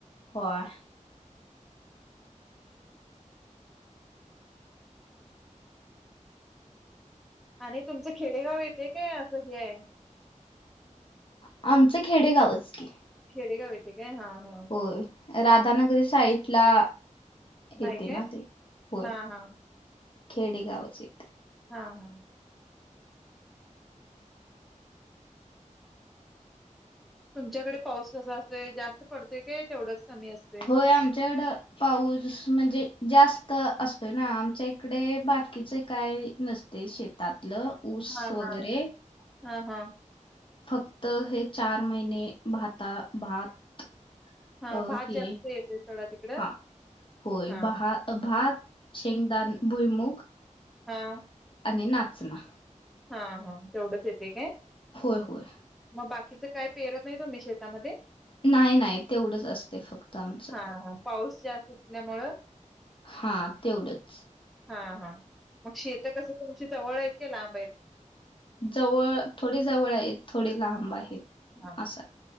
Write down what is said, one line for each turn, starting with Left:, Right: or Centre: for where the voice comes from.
Left: व्होय.
Centre: आणि तुमचं खेडेगाव येते काय, असं हे आहे?
Left: आमचं खेडेगावच की.
Centre: खेडेगाव येते का, हा हा!
Left: होय राधानगरी साइड, ला येते
Centre: हाय काय
Left: ना ते होय.
Centre: हा हा
Left: खेडे गावच हे.
Centre: हा हा! तुमच्याकडे पाऊस कसा असतोय, जास्त पडतय का तेवढंच कमी असते.
Left: होय आमच्याकड पाऊस म्हणजे जास्त असतोय ना, आमच्या इकडे बा कीच काय नसतय शेतातलं. ऊस
Centre: हा
Left: वगैरे
Centre: हा हं हं!
Left: फक्त हे चार महिने भाता भात
Centre: हा
Left: अ
Centre: भात
Left: हे
Centre: जास्त येतोय सोडा तिकडं
Left: हा होय
Centre: हा
Left: बहा भात, शेंगदान, भुईमुग
Centre: हा.
Left: आणि नाचना.
Centre: हा हा. तेवढंच येते काय?
Left: होय होय.
Centre: मग बाकीचं काय पेरत नाही तुम्ही शेतामध्ये?
Left: नाही नाही तेवढंच असतं फक्त. आमचं
Centre: हा हा पाऊस जास्त असल्यामुळं
Left: हा तेवढंच.
Centre: हा हा मग शेत कसं तुमची जवळ आहेत का लांब आहेत?
Left: जवळ थोडी जवळ आहेत थोडे लांब
Centre: हा
Left: आहेत
Centre: हा
Left: अस.